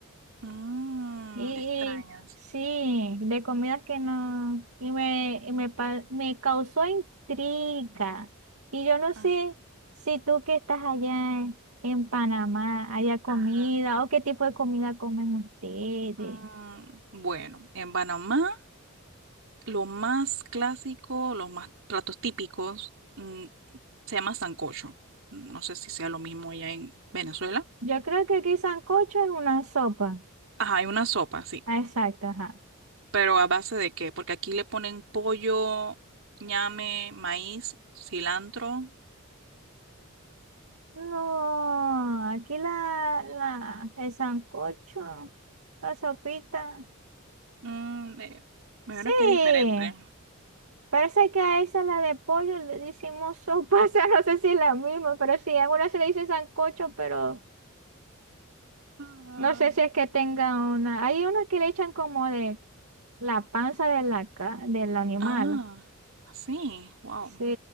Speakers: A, on the right; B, on the right.
A: mm,
B: y,
A: extrañas.
B: y sí, de comidas que no, y me, y me, pa- me causó intriga, y yo no sé
A: Ah,
B: si tú que estás allá en, en Panamá haya comida,
A: ajá.
B: o qué tipo de comida comen ustedes.
A: Mm, Bueno, en Panamá, lo más clásico, los más platos típicos, mm, se llama sancocho. No sé si sea lo mismo allá en Venezuela.
B: Yo creo que aquí sancocho es una sopa.
A: Ajá, hay una sopa, sí.
B: Ah, Exacto, ajá.
A: Pero ¿a base de qué? Porque aquí le ponen pollo, ñame, maíz, cilantro.
B: No, aquí la, la, el sancocho, la sopita.
A: Mm, eh, me
B: Sí,
A: imagino que es diferente.
B: parece que a esa la de pollo le decimos sopa, <laughs> o sea, no sé si es la misma, pero sí, a una se le dice sancocho, pero
A: Ah,
B: no sé si es que tenga una. Hay unas que le echan como de la panza de la, ca- del animal.
A: Ah, sí, wow.
B: Sí,